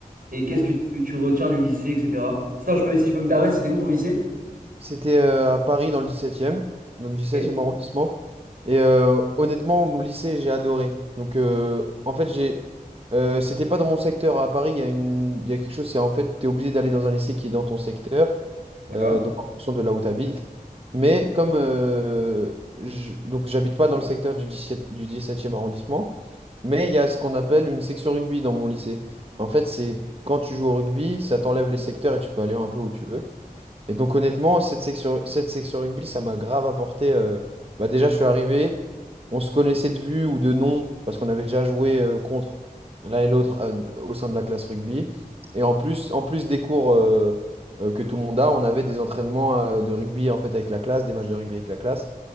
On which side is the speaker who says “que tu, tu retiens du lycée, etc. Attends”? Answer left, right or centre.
Right